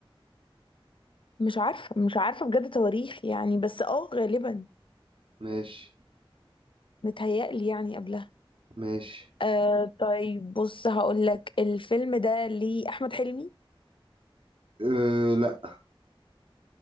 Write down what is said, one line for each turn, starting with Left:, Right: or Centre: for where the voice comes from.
Left: مش عارفة مش عارفة بجد تواريخ يعني بس اه غالبا
Right: ماشي
Left: متهيألي يعني قبلها
Right: ماشي
Left: آه طيب بص هقول لك الفيلم ده ليه احمد حلمي
Right: أه لا